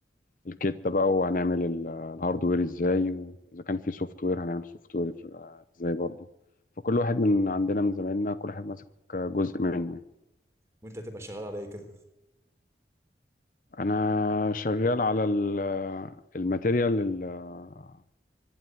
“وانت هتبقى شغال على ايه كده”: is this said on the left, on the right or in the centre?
Right